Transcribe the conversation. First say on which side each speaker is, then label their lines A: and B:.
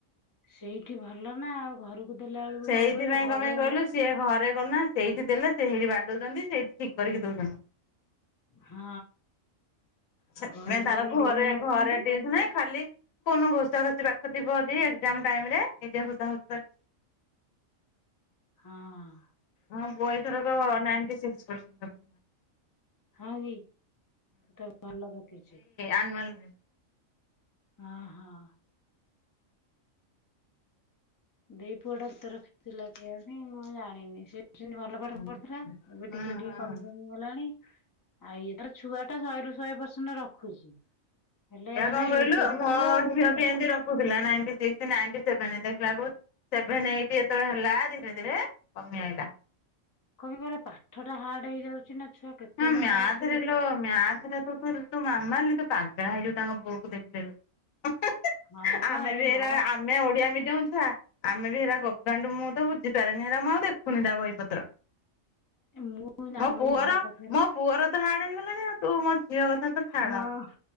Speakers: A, on the left; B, on the left.
A: ସେଇଠି ଭଲ ନା ଆଉ! ଘରକୁ ଦେଲା ବେଳକୁ
B: ସେଇଥିପାଇଁ
A: କଣ କହିଲ, ଘରେ
B: କଣ ପାଇଁ କହିଲୁ ସିଏ ଘରେ କନା ସେଇଠି ଦେଲେ, ସେ ହେଇଠି ବାଡଉଛନ୍ତି ସେଇଠି ଠିକ୍ କରିକି ଦଉଛନ୍ତି।
A: ହଁ।
B: ସେଥ୍
A: ଆଉ ଘରକୁ
B: ପାଇଁ ତାର
A: ଦେଲେ
B: ଘରେ
A: ଢିଲା ମାରୁଛନ୍ତି
B: ଘରେ <unintelligible> ନାଇଁ ଖାଲି କୌନ ଘୋଷା ଘୋଷି ପାଠ ଥିବ ଅଦି, ଏକ୍ଜାମ୍ ଟାଇମ୍ ରେ ନିଜେ ଘୋଷା ଘୋଷି କରି
A: ହଁ-ଅଁ।
B: ହଁ, ପୁଅ ଏଇଥରକ ନାଇନ୍ଟି ସିକ୍ସ ପରସେଣ୍ଟ ରଖ୍
A: ହଁ କି, କତେ ଭଲ ରଖିଛି।
B: ଆନୁଆଲ୍ ରେ।
A: ଅ, ହଁ। ଦେଇ ପୁଅ ଟା କେତେ ରଖିଥିଲା କେ ଆଣି? ମୁଁ ଜାଣିନି। ସେବି ସିଁତି ଭଲ ପାଠ
B: ହୁଁ।
A: ପଢୁଥିଲା। ଏବେ
B: ହୁଁ
A: ଟିକେ ଟିକେ
B: ହୁଁ।
A: କମି କମି ହେଲାଣି। ଆଉ ଇଏ ତ ଛୁଆଟା ଶହେରୁ ଶହେ ପରସେଣ୍ଟ ରଖୁଛି। ହେଲେ
B: ଏହା
A: ଏଇନା
B: କଣ କହିଲୁ?
A: ୟୁ କେଜି
B: ମୋ
A: ଛୁଆ ଆଉ
B: ଝିଅ ବି ଏମିତି ରଖୁଥିଲା ନାଇନ୍ଟିସିକ୍ସ ନାଇନ୍ଟିସେଭେନ୍ ଦେଖିଲାକୁ ସେଭେନ୍ ଏଇଟ୍ ଏତେବେଳେ ହେଲା, ଧୀରେ ଧୀରେ କମି ଆଇଲା।
A: କବି କରେ ପାଠ ଟା ହାର୍ଡ ହେଇଯାଉଛି ନା ଛୁଆ କେତେ
B: ନାଁ ମ୍ୟାଥ୍
A: ମନେ ରଖିବେ
B: ରେଲୋ ମ୍ୟାଥ୍ ରେତୁ ଶୁଣୁ ତୁ ମାମାଲି, ତୁ ପାଗଳା ହେଇଯିବୁ ତାଙ୍କ ପୁଅ କୁ ଦେଖିଦେଲେ <unintelligible>
A: ହଁ ପା
B: ଆମେ
A: ଏ
B: ବି ଏଇରା,
A: ମା
B: ଆମେ ଓଡିଆ ମିଡିୟମ ଛୁଆ ଆମେ ବି ହେରା ଗବାଣ୍ଡୁ ମୁଁ ତ ବୁଝିପାରେନି, ହେରା ମୁଁ ଆଉ ଦେଖୁନି ତା ବହିପତ୍ର।
A: ଏ ମୁଁ କହୁଚି,
B: ମୋ
A: ଆମ
B: ପୁଅର
A: ଏଇ ଘର ପାଖ
B: ମୋ ପୁଅର ତ ହାଡ଼ ହେଇଗଲାଣି, ଆଉ ତୁ ମୋ ଝିଅ କଥା ତ ଛାଡ଼,
A: ହଁ